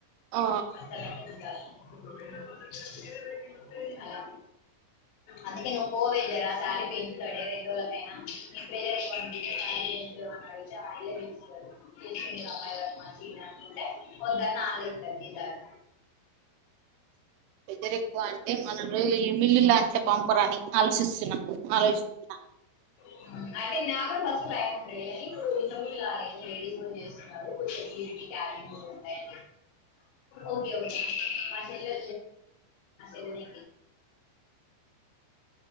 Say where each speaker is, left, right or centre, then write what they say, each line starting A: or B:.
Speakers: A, on the right; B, on the left.
A: ఆ,
B: మసాలంత <unintelligible> అలా అందుకే నువ్వు పోవే జరా శారీ పెంచుడడే రెండు రోజలకైనా నీ ప్రెజర్ ఎక్కో ఇ వాయ మ <unintelligible> చేసుకునేది అమ్మాయ్ కదూ మంచినే అనుకుంటే ఒదన్న ఆలె ఇతరు జీతాలు
A: వెదర్ ఎక్కువ అంటే మనం రేయ్ మిల్లుల్లా అంటే పంపరాని ఆలోచిస్తున్నా ఆలోచిస్తున్నా
B: ఊ అంటే నా కూడా ఫస్టు బయం ఉండేది కానీ ఇప్పుడు ఇంత గుల మేము లేడీస్ చేస్తున్నారు కొ కీర్ కాలంగ్ కూడా ఉంటాయి ఓకే ఓకే మ చెల్లె మనే